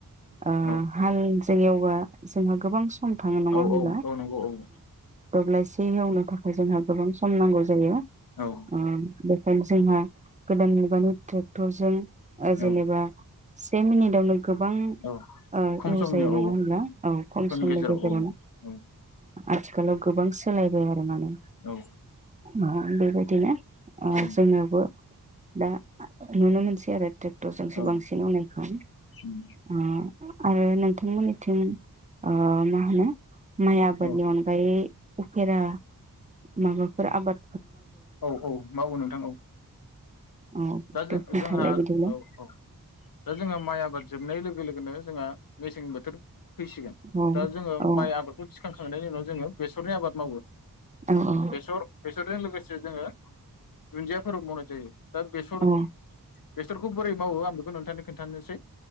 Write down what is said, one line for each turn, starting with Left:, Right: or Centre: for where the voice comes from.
Right: ओ
Left: औ
Right: हाल जों एवबा जोंहा गोबां से सम थाङो नङा
Left: औ
Right: होनब्ला
Left: औ औ नंगौ औ उम
Right: दब्लायसे एवनो थाखाय जोंहा गोबां सम नांगौ जायो ओ
Left: औ
Right: बेखायनो जोंहा गोदान मुगानि ट्रेक्टरजों जेनेबा
Left: औ
Right: से मिनिटावनो गोबां
Left: औ
Right: ओ
Left: खम
Right: एवजायो
Left: समनि औ
Right: नङा होनब्ला औ खम समनि
Left: गेजेराव
Right: गेजेरावनो
Left: औ औ
Right: आथिखालाव गोबां सोलायबाय आरो। माने
Left: औ
Right: <unintelligible> बेबायदिनो ओ
Left: उम
Right: जोंनोबो दा नुनो मोनसै आरो ट्रे क्टरजोंसो
Left: औ
Right: बांसिन एवनायखौ
Left: उम
Right: ओ आरो नोंथांमोननिथिं ओ मा होनो माइ आबादनि
Left: औ
Right: अनगायै फेरा माबाफोर आबाद
Left: औ औ मावो नोंथां औ।
Right: औ
Left: दा
Right: दे खोन्थालाय
Left: जोंहा
Right: बिदिब्ला
Left: औ औ दा जोंहा माइ आबाद जोबनाय लोगो लोगो लोगोनो जोंहा मेसें बोथोर बोथोर फैसिगोन
Right: औ
Left: दा जोङो
Right: औ
Left: माइ आबादखौ थिख खोखांनायनि उनाव जोङो बेसरनि आबाद मावो।
Right: औ औ
Left: बेसर बेसरजों लोगोसे जोङो दुनजिया फोरखौ मावनाय जायो दा बेसर
Right: औ
Left: बेसरखौ बोरै मावो आं बेखौ नोंथांनो खोन्थानोसै।